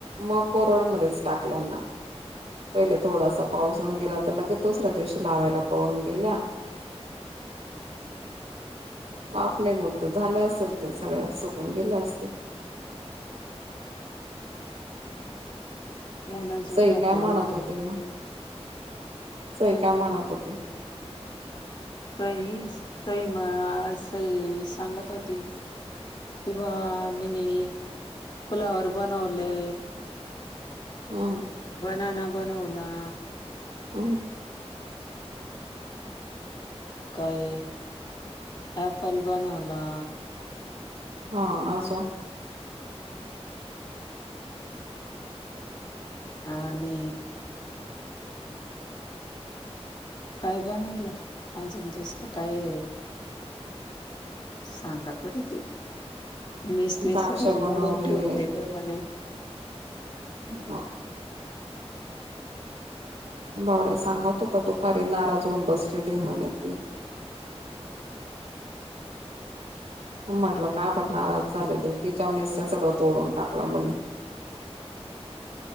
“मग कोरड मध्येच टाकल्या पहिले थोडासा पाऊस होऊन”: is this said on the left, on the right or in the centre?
Right